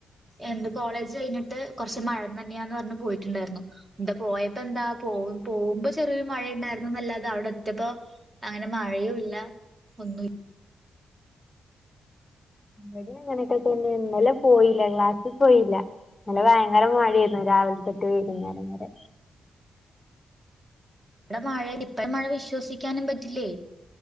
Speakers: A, on the right; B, on the left.
A: എന്ത് കോളേജ് കഴിഞ്ഞിട്ട് കൊറച്ച് മഴ നനയാന്ന് പറഞ്ഞ് പോയിട്ടിണ്ടായിരുന്ന് എന്താ പോയപ്പോ എന്താ പോ പോകുമ്പോ ചെറിയൊരു മഴയുണ്ടായിരുന്നുന്നല്ലാതെ അവിടെ എത്തിട്ടപ്പോ അങ്ങനെ മഴയു ല്ല ഒന്ന
B: എവിടും അങ്ങനെയൊക്കെ തന്നെ ഇന്നലെ പോയില്ല ക്ലാസ്സിൽ പോയില്ല ന്നലെ ഭയങ്കര മഴയായിരുന്നു രാവിലെ തെട്ട് വീകുന്നേരം വരെ
A: <inaudible> നമ്മടെ മഴ ഇപ്പഴ മഴ വിശ്വസിക്കാനും പറ്റില്ലേ